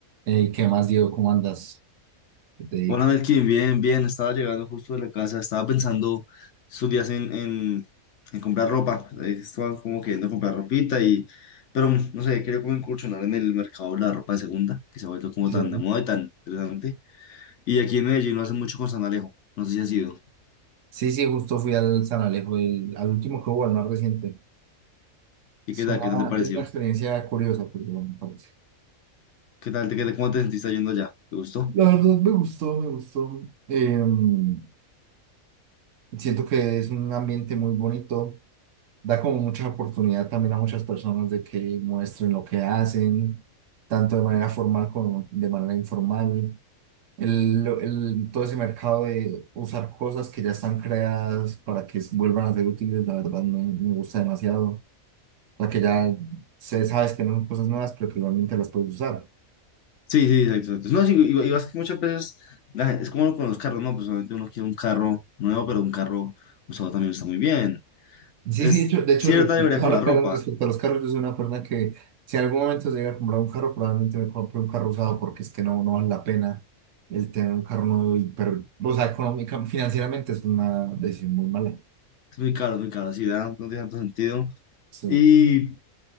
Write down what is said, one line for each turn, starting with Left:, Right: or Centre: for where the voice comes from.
Right: Ey, ¿qué más, Diego? ¿Cómo andas? ¿Qué te dedicas?
Left: Hola Melkin, bien, bien, estaba llegando justo de la casa, estaba pensando estos días en, en, en comprar ropa, eh, estaba como queriendo comprar ropita y, pero mm, no sé, quería como incursionar en el mercado de la ropa de segunda, que se ha vuelto como
Right: Sí,
Left: tan de moda y tan interesante, y aquí en Medellín lo hacen mucho con San Alejo, no sé si ha sido,
Right: sí, sí, justo fui al San Alejo, el- al último que hubo, al más reciente.
Left: y
Right: Es
Left: qué tal,
Right: una,
Left: qué tal te pareció,
Right: es una experiencia curiosa, porque me parece.
Left: qué tal, te, qué, cómo te sentiste yendo allá, ¿te gustó?
Right: La verdad me gustó, me gustó. Em, siento que es un ambiente muy bonito. Da como mucha oportunidad también a muchas personas de que muestren lo que hacen, tanto de manera formal como de manera informal. el- el- todo ese mercado de usar cosas que ya están creadas para que vuelvan a ser útiles, la verdad me, me gusta demasiado. O sea, que ya se sabes que no son cosas nuevas, pero que igualmente las puedes usar.
Left: Sí, sí, exacto, exacto. No, sí, y, y vas muchas veces, la gen- es como con los carros, no, pues obviamente uno quiere un carro nuevo, pero un carro usado también está muy bien,
Right: Sí,
Left: Es
Right: sí, de hecho, de hecho,
Left: cierta
Right: re- <laughs>
Left: debería
Right: ahora
Left: con la ropa.
Right: que hablas respecto a los carros, yo soy una persona que si en algún momento se llega a comprar un carro, probablemente me compre un carro usado porque es que no, no vale la pena el tener un carro nuevo, y, pero, o sea, económica, financieramente es una decisión muy mala.
Left: Es muy caro, muy caro, sí, da- no tiene tanto sentido.
Right: Sí,
Left: Y